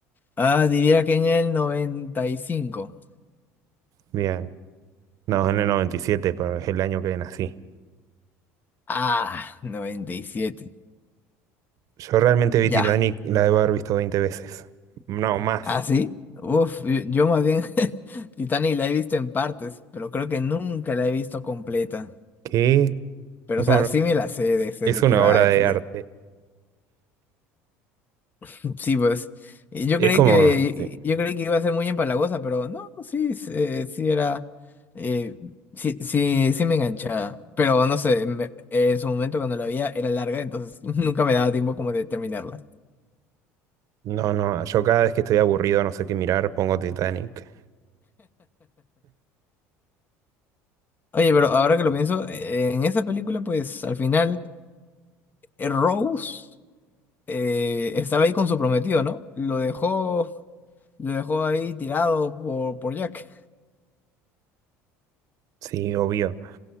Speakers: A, on the left; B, on the right.
A: Ah, diría que en el noventa y cinco
B: Bien. No, en el noventa y siete, pero es el año que nací.
A: Ah, noventa y siete
B: Yo realmente vi
A: Ya.
B: Titanic, la debo haber visto 20 veces. No, más.
A: ¿Ah, sí? Uf, yo yo más bien <laughs> Titanic la he visto en partes, pero creo que nunca la he visto completa.
B: ¿Qué?
A: Pero,
B: No,
A: o sea,
B: no,
A: sí me la sé de, sé
B: es
A: de
B: una
A: qué va,
B: obra
A: etcétera.
B: de arte.
A: <laughs> Sí, pues, y yo
B: Es
A: creí
B: como,
A: que,
B: Sí.
A: yo creí que iba a ser muy empalagosa, pero no, sí, sí, eh, sí era, eh, sí, sí, sí me enganchaba. Pero, no sé, me- en su momento cuando la veía era larga, entonces <laughs> nunca me daba tiempo como de terminarla.
B: no, no, yo cada vez que estoy aburrido, no sé qué mirar, pongo Titanic.
A: Oye, pero ahora que lo pienso, eh, en esa película, pues, al final, eh, Rose... eh, estaba ahí con su prometido, ¿no? Lo dejó, lo dejó ahí tirado por, por Jack.
B: Sí, obvio.